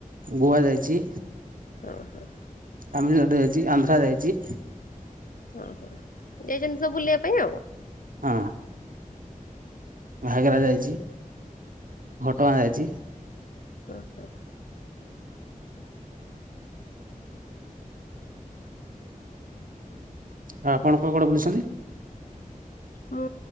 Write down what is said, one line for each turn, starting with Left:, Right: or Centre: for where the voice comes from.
Right: ଗୋଆ ଯାଇଛି।
Left: ହଁ ହଁ
Right: ତାମିଲନାଡ଼ୁ ଯାଇଛି ଆନ୍ଧ୍ରା ଯାଇଛି।
Left: ହଁ ହଁ ଯାଇଛନ୍ତି ସବୁ ବୁଲିବା ପାଇଁ ଆଉ।
Right: ହଁ ଘଘରା ଯାଇଛି ଘଟଗାଁ ଯାଇଛି।
Left: ଓ ହୋ
Right: ହଁ ଆପଣ କୋଡେ କୋଡେ ବୁଲିସନ୍ତି।
Left: ହଁ